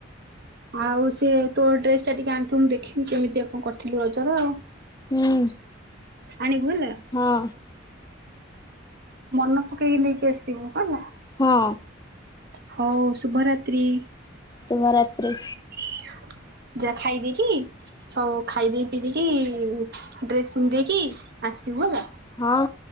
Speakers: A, on the right (about 55°); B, on the left (about 20°).
A: ଆଉ ସେଏ ତୋ ଡ୍ରେସ ଟା ଟିକେ ଆଣିଥିବୁ ମୁଁ ଦେଖିବି କେମିତିଆ କଣ କରିଥିଲୁ ରଜର
B: ହୁଁ
A: ଆଣିବୁ ହେଲା।
B: ହଁ
A: ମନ ପକେଇକି ନେଇକି ଆସିବୁ। ହେଲା।
B: ହଁ।
A: ହଉ ଶୁଭରାତ୍ରି
B: ଶୁଭରାତ୍ରି
A: <unintelligible> ଯା ଖାଇଦେଇକି ହଉ। ଖାଇ ଦେଇ ପିଇ ଦେଇକି ଡ୍ରେସ ପିନ୍ଧିଦେଇକି ଆସିିବୁ ହେଲା।
B: ହଁ